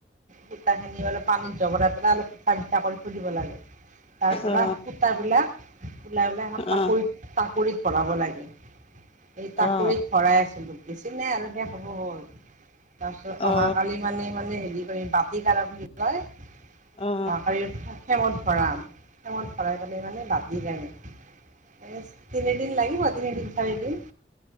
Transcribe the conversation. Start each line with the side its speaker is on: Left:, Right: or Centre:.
Right: সুতা খিনি অলপ পানীত জবৰাই পেলাই অলপ পিঠা চিঠা কৰি থৈদিব লাগে তাৰ পৰা
Left: অ
Right: সূতাবিলাক ওলাই ওলাই
Left: অ
Right: তাকৰিত
Left: অ
Right: তাকৰিত ভৰাব লাগে এই তাকৰিত
Left: অ
Right: ভৰাই আছিলো বেছি নাই আৰু শেষ হ'ব হ'ল তাৰপিছত
Left: অ
Right: অহাকালি মানে মানে কৰি বাতি কৰা বুলি যে কয়
Left: অ
Right: সেই ফ্ৰেমত ভৰামে ভৰাই পেলাই মানে বাতি কৰে তিনিদিন লাগিব তিনিদিন চাৰিদিন